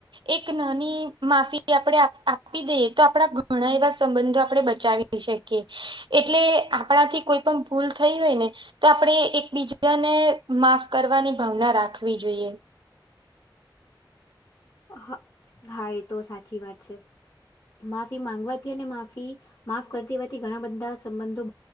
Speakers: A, on the right; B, on the left.
A: એક નાની માફી આપણે આપી દઈએ તો આપડા ઘણા એવા સંબંધો આપડણે બચાવી શકી એટલે આપણા થી કોઈ પણ ભૂલ થઈ હોય ને તો આપણે એકબીજાને માફ કરવાની ભાવના રાખવી જોઈએ.
B: હ હા એ તો સાચી વાત છે. માફી માંગવાથી અને માફી માફ કરતી હોવાથી ઘણા બધા સંબંધો